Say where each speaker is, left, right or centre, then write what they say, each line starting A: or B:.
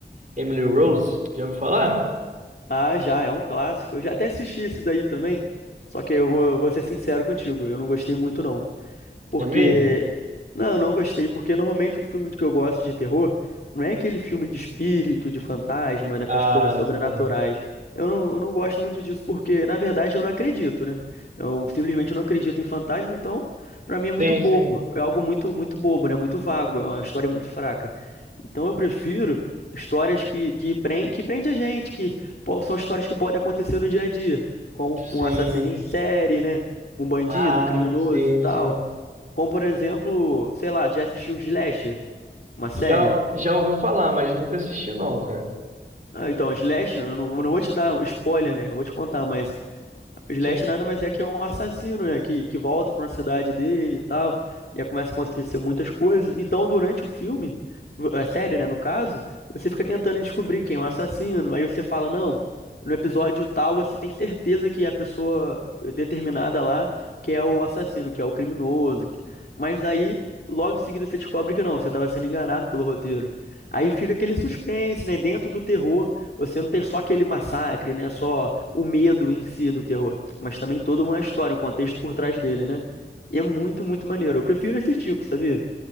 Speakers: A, on the right (about 45°); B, on the left (about 55°).
A: Emily Rose. Já ouviu falar?
B: Ah, já, é um clássico. Eu já até assisti esse daí também, só que eu vou, eu vou ser sincero contigo, eu não gostei muito não. Porque.
A: é mesmo?
B: Não, eu não gostei, porque normalmente o filme que eu gosto de terror não é aquele filme de espírito, de fantasma, daquelas
A: Ah,
B: coisas sobrenaturais.
A: sim.
B: Eu não, eu não gosto muito disso, porque, na verdade, eu não acredito, né? Eu simplesmente não acredito em fantasma, então, pra mim é muito
A: Sim,
B: bobo.
A: sim.
B: É algo muito, muito bobo, né? Muito vago, é uma história muito fraca. Então eu prefiro histórias que, que, prende, que prende a gente, que pô, são histórias que podem acontecer no dia a dia, como um
A: Sim.
B: assassino em série, né? Um bandido,
A: Ah,
B: um criminoso
A: sim,
B: e tal.
A: sim.
B: Como, por exemplo, sei lá, já assistiu Slasher, uma série?
A: Já, já ouviu falar, mas nunca assisti não, cara.
B: Ah, então, Slasher, eu não, não vou te dar spoiler, né? Não vou te contar, mas O Slash
A: Sim.
B: nada mais é que é um assassino, né? Que, que volta pra uma cidade dele e tal. E aí começa a acontecer muitas coisas. Então, durante o filme, a série, né, no caso, você fica tentando descobrir quem é o assassino. Aí você fala, não, no episódio tal você tem certeza que é a pessoa determinada lá que é o assassino, que é o criminoso. Mas aí, logo em seguida, você descobre que não, você estava sendo enganado pelo roteiro. Aí fica aquele suspense, né? Dentro do terror. Você não tem só aquele massacre, né? Só o medo em si do terror, mas também toda uma história, um contexto por trás dele, né? E é muito, muito maneiro. Eu prefiro esse tipo, sabia?